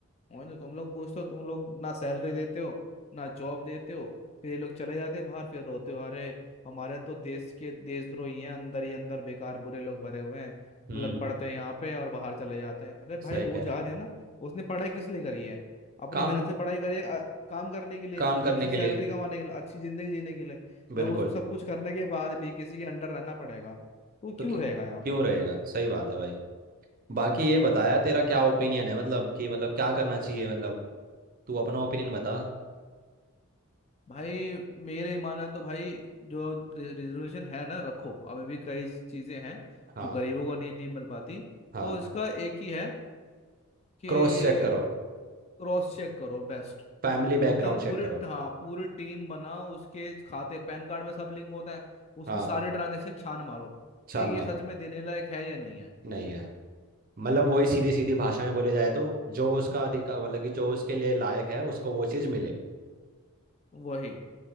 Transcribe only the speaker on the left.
और जो तुम लोग पूछते हो तुम लोग ना सैलरी देते हो ना जॉब देते हो फिर ये लोग चले जाते हैं बाहर फिर रोते हो अरे हमारे तो देश के देशद्रोही हैं अंदर ही अंदर बेकार बुरे लोग भरे हुए हैं
मतलब पढ़ते हैं यहाँ पे और बाहर चले जाते हैं अरे भाई
वो
जा
रहे हैं ना उसने पढ़ाई किस लिए करी है अपनी
मेहनत से पढ़ाई करी है अ- काम करने के लिए
अच्छी
सैलरी
कमाने के लिए अच्छी जिंदगी जीने के लिए जब
उसको सब कुछ करने के बाद भी किसी के अंडर रहना पड़ेगा तो वो
क्यों
रहेगा
यहाँ पे
भाई मेरे माना तो भाई जो रिजर्वेशन है ना रखो अभी भी कई चीजें हैं
जो गरीबों को नहीं नहीं मिल पाती
तो इसका एक ही है कि
क्रॉस चेक करो बेस्ट
एकदम पूरी
हाँ पूरी टीम बनाओ उसके खाते पैन कार्ड में सब लिंक होता है उसकी
सारी ट्रांजेक्शन छान मारो
कि ये
सच में देने लायक है या नहीं है
वही